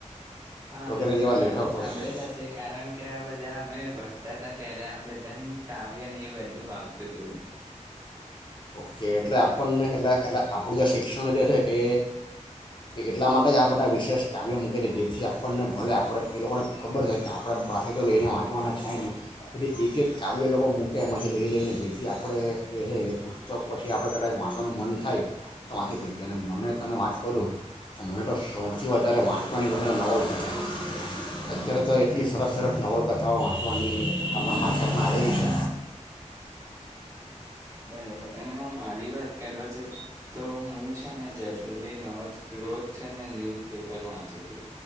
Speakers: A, on the right; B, on the left.
A: હા આ
B: વગેરે
A: બધા
B: જેવા
A: મે
B: લેખકો
A: નામ સાંભળેલા
B: છે
A: સે કારણ કે આ બધા અમે ભણતા હતા ત્યારે બધાની જ કાવ્યને એ વધુ આવતું હતું.
B: ઓકે એટલે આપણને એટલે એટલે આપણું જે શિક્ષણ જે છે એ એટલા માટે જ આ બધા વિશેષ કાવ્યો મૂકે છે જેથી આપણને ભલે આપણે એ લોકોને ખબર છે કે આપણે બહારથી તો લઈને વાંચવાના છે નહીં એટલે એક એક કાવ્ય એ લોકો મૂકે એમાંથી લઈ લઈને જેથી આપણે જે છે એ પુ તકો પછી આપણે કદાચ વાંચવાનું મન થાય તો વાંચી શકીએ અને મને તને વાત કરું તો મને તો સૌથી વધારે વાંચવાની ગમે નવલકથા અત્યારે તો એટલી સરસ સરસ નવલકથાઓ વાંચવાની આપણા માર્કેટમાં આવેલી છે.
A: બરોબર અને હું મારી વાત કરવા જઉં તો હું છે ને જનરલી નોજ રોજ છેને ન્યુઝ પેપર વાંચું છું.